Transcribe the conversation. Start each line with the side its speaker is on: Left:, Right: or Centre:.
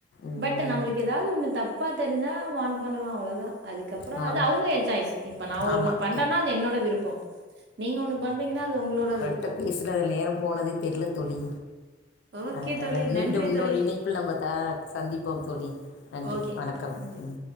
Left: ம்
Right: பட் நம்மளுக் ஏதா ஒன்னு தப்பா தெரிஞ்சா வான் பண்ணுவ அவுளோதா அதுக்கப்புறம்
Left: அவ்வளோதான்
Right: அது அவுங்க எ சாய்ஸ் இப்ப நா
Left: ஆமாம்
Right: ஒண்ணு பண்றேன்னா அது என்னோட விருப்போ நீங்க ஒண்ணு பண்றீங்கன்னா அது உங்களோட விருப்போ
Left: கிட்ட பேசுனதுல நேரம்போனதே தெர்ல தோழி
Right: ஓகே
Left: அதனால
Right: தோழி
Left: மீண்டும்
Right: நன்றி
Left: இன்னொரு
Right: தோழி
Left: இணைப்பில் நம்ம த சந்திப்போம் தோழி நன்றி
Right: ஓகே
Left: வணக்கம்
Right: நன்றி
Left: ம்